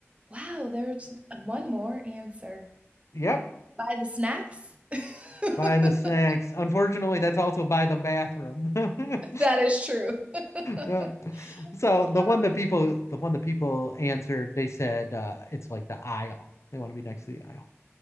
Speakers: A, on the right (about 25°); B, on the left (about 75°).
A: Wow, there's one more answer.
B: Yep,
A: Buy the snacks? <laughs>
B: by the snacks. Unfortunately, that's also by the bathroom. <laughs>
A: That is true. <laughs>
B: Yeah. So the
A: Uh,
B: one that people the one that people answered, they said uh it's like the aisle. They want to be next to the aisle.